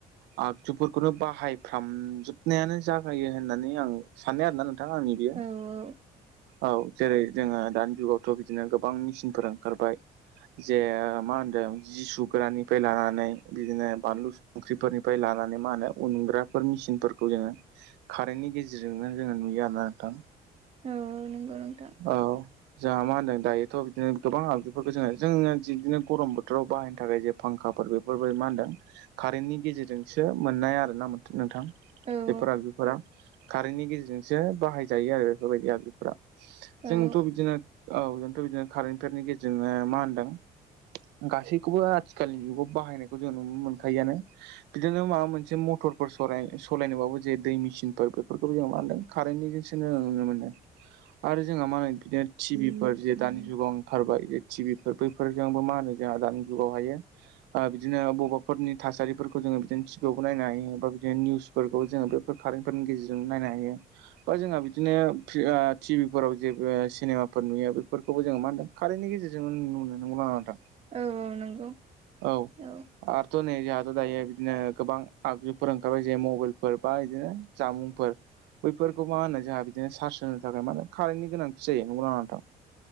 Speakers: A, on the right; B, on the right.
A: आगजुफोरखौनो बाहायफ्रामजोबनायानो जागायो होननानै आं साननाय आरोना नोंथां आंनि बेयो
B: औ औ
A: औ जेरै जोङो दानि जुगावथ' बि बिदिनो गोबां मेचिनफोर ओंखारबाय जे मा होनदों जि सुगोरानिफ्राय लानानै बिदिनो बानलु संख्रिफोरनि बे लानानै मा होनो उनग्राफोर मिसिनफोरखौ जोङो खारेननि गेजेरजोंनो जोङो नुयो आरोना नोंथां
B: औ नंगौ नोंथां
A: औ। जोंहा मा होनदों दायोथ' बिदिनो गोबां आगजुफोरखौ जोङो-जोङो बिदिनो गरम बोथोराव बाहायनो थाखाय जे फांखाफोर बेफोरबायदि मा होनदों कारेन्टनि गेजेरजोंसो मोननाय आरो ना मो नोंथां
B: औ
A: बेफोर आगजुफोरा कारेन्टनि गेजेरजोंसो बाहायजायो आरो बेफोरबायदि आगजुफोरा।
B: औ
A: जोंथ' बिदिनो औ जोंथ' बिदिनो कारेन्टफोरनि गेजेरजोंनो मा होनदों गासैखौबो आथिखालनि जुगाव बाहायनायखौ जों नुनो मोनखायोआनो। बिदिनो माबा मोनसे मथर फोर सराय सलायनोबाबो जे दै मेसिनफोर बेफोरखौबो जों मा होनदों कारेन्टनिजोंसो नुनो मोनो। आरो जोंहा मा होनो बिदिनो टिभि फोर जे दानि जुगाव ओंखारबाय जे टिभि फोर बै फोरजोंबो मा होनो जोंहा दानि जुगाव हायो बिदिनो बबाफोरनि थासारिफोर खौ जोङो बिदिनो टिभिआव खौ नायनो हायो बा बिदिनो निउसफोरखौ जोङो बेफोर कारेन्टफोरनि गेजेरजों नायनो हायो। बा जोंहा बिदिनो फ्रि ओ टिभिफोराव जे बो ओ सिनेमाफोर नुयो बेफोरखौबो जोङो मा होनदों खारेननि गेजेरजों नुनो मोनो नंगौ ना नङा नोंथां।
B: औ औ नंगौ
A: औ
B: औ।
A: आरोथ' नै जोंहाथ' दायो बिदिनो गोबां आगजुफोर ओंखारबाय जे मबाइलफोर बा बिदिनो जामुंफोर बैफोरखौ मा होनो जोंहा बिदिनो चार्ज होनो थाखाय मा कारेन्टनि गोनांथि जायो नंगौ ना नङा नोंथां।